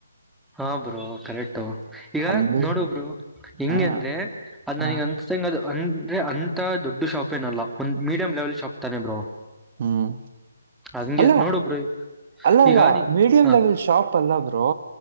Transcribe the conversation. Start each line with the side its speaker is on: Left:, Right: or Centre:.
Centre: ಹಾ ಬ್ರೋ ಕರೆಕ್ಟು ಈಗ
Right: ಅಲ್ಲಿ
Centre: ನೋಡು ಬ್ರರು ಹೆಂಗಗೆ
Right: ಹಾ
Centre: ಅಂದ್ರೆ ಅದ್
Right: ಹಾ
Centre: ನನಗಂದ ಸಂಗ ಅದು ಅಂದ್ರೆ ಅಂತ ದೊಡ್ಡ ಶಾಪ್ ಏನಲ್ಲ ಒಂದು ಮೀಡಿಯಂ ಲೆವೆಲ್ ಶಾಪ್ ತಾನೆ ಬ್ರೋ
Right: ಹ್ಮ್
Centre: ಹಂಗೆ
Right: ಹಲೋ
Centre: ನೋಡು ಬ್ರೋ
Right: ಅಲ್ಲ ಅಲ್ಲ
Centre: ಈಗ ನೀ
Right: ಮೀಡಿಯಂ
Centre: ಹಾ
Right: ಲೆವೆಲ್ ಶಾಪ್ ಅಲ್ಲ ಬ್ರೋ